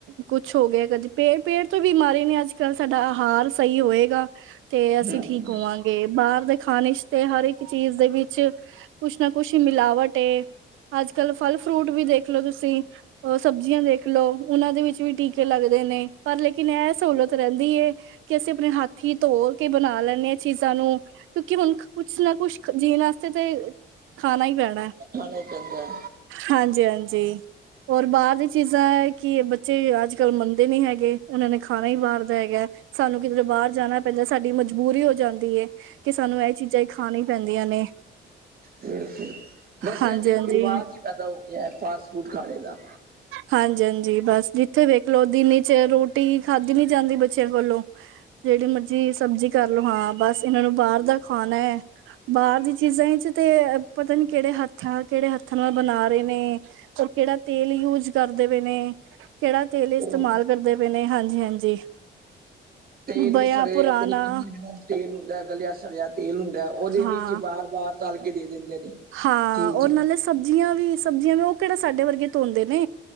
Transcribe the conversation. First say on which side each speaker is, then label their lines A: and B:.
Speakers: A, on the right (about 85°); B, on the right (about 50°).
A: ਕੁਛ ਹੋ ਗਿਆ ਕਦੇ ਪੇਟ ਪੇਟ ਤੋਂ ਬਿਮਾਰੇ ਨੇ ਅੱਜ ਚੱਲ ਸਾਡਾ ਹਾਲ ਸਹੀ ਹੋਏਗਾ ਤੇ ਅਸੀਂ
B: ਹਮ
A: ਠੀਕ ਹੋਵਾਂਗੇ ਬਾਹਰ ਦੇ ਖਾਣੇ ਵਿੱਚ ਤੇ ਹਰ ਇੱਕ ਚੀਜ਼ ਦੇ ਵਿੱਚ ਕੁਛ ਨਾ ਕੁਛ ਮਿਲਾਵਟ ਏ ਅੱਜ ਕਲ ਫਲ ਫਰੂਟ ਵੀ ਦੇਖ ਲੋ ਤੁਸੀਂ। ਅ ਸਬਜ਼ੀਆਂ ਦੇਖ ਲਓ ਉਹਨਾਂ ਦੇ ਵਿੱਚ ਵੀ ਕ ਲੱਗਦੇ ਨੇ ਪਰ ਲੇਕਿਨ ਇਹ ਸਹੂਲਤ ਰਹਿੰਦੀ ਏ। ਕਿ ਅਸੀਂ ਆਪਣੇ ਹੱਥ ਈ ਧੋ ਕੇ ਬਣਾ ਲੈਂਦੇ ਹਾਂ। ਚੀਜ਼ਾਂ ਨੂੰ ਕਿਉਂਕਿ ਹੁਣ ਕੁਛ ਨਾ ਕੁਛ ਜੀਣ ਵਾਸਤੇ ਤੇ ਖਾਣਾ ਹੀ ਪੈਣਾ।
B: ਖਾਣਾ ਹੀ ਪੈਂਦਾ।
A: ਹਾਂਜੀ ਹਾਂਜੀ। ਹੋਰ ਬਾਹਰ ਦੀ ਚੀਜ਼ਾਂ ਹੈ ਕਿ ਬੱਚੇ ਅੱਜ ਕੱਲ੍ਹ ਮੰਨਦੇ ਨਹੀਂ ਹੈਗੇ। ਉਹਨਾਂ ਨੇ ਖਾਣਾ ਹੀ ਬਾਹਾਰ ਦਾ ਹੈਗਾ ਸਾਨੂੰ ਕਿਧਰ ਬਾਹਰ ਜਾਣਾ ਪੈਂਦਾ ਸਾਡੀ ਮਜਬੂਰੀ ਹੋ। ਜਾਂਦੀ ਏ। ਕਿ ਸਾਨੂੰ ਇਹ ਚੀਜ਼ਾਂ ਹੀ ਖਾਣੀ ਪੈਂਦੀਆਂ ਨੇ।
B: ਬਿਲਕੁਲ ਬਸ
A: ਹਾਂਜੀ-ਹਾਂਜੀ,
B: ਇਹ ਤੇ ਇੱਕ ਰਿਵਾਜ ਹੀ ਪੈਦਾ ਹੋ ਗਿਆ ਫਾਸਟ ਫੂਡ ਖਾਣੇ ਦਾ
A: ਹਾਂਜੀ, ਹਾਂਜੀ ਬਸ ਜਿੱਥੇ ਵੇਖ ਲਓ ਦਿਨੀ ਚ ਰੋਟੀ ਖਾਧੀ ਨੀ ਜਾਂਦੀ ਬੱਚਿਆਂ ਕੋਲੋਂ। ਜਿਹੜੀ ਮਰਜੀ ਸਬਜ਼ੀ ਕਰ ਲੋ ਹਾਂ ਬਸ ਇਹਨਾਂ ਨੂੰ ਬਾਹਰ ਦਾ ਖਾਣਾ ਹੈ। ਬਾਹਰ ਦੀਆਂ ਚੀਜ਼ਾਂ ਵਿੱਚ ਤੇ ਪਤਾ ਨੀ ਕਿਹੜੇ ਹੱਥਾਂ ਨਾਲ ਕਿਹੜੇ ਹੱਥਾਂ ਨਾਲ ਬਣਾ ਰਹੇ ਨੇ। ਉਹ ਕਿਹੜਾ ਤੇਲ ਯੂਜ ਕਰਦੇ ਪਏ ਨੇ। ਕਿਹੜਾ ਤੇਲ ਇਸਤੇਮਾਲ
B: ਉਹ
A: ਕਰਦੇ। ਨੇ ਹਾਂਜੀ ਹਾਂਜੀ।
B: ਤੇਲ
A: ਬਇਆ
B: ਵੀ ਸੜੇ
A: ਪੁਰਾਣਾ
B: ਆਪਣੇ ਕਿੰਨੇ ਦਿਨਾਂ ਤੇਲ ਹੁੰਦਾ ਹੈ ਗਲਿਆ ਸੜਿਆ ਤੇਲ ਹੁੰਦਾ ਹੈ ਉਹਦੇ
A: ਹਾਂ
B: ਵਿੱਚ ਬਾਰ ਬਾਰ ਤਲ ਕੇ ਦੇ ਦਿੰਦੇ ਨੇ।
A: ਹਾਂ
B: ਚੀਜ਼।
A: ਔਰ ਨਾਲੇ ਸਬਜ਼ੀਆਂ ਵੀ ਸਬਜ਼ੀਆਂ ਵੀ ਉਹ ਕਿਹੜਾ ਸਾਡੇ ਵਰਗੇ ਧੋਦੇ ਨੇ।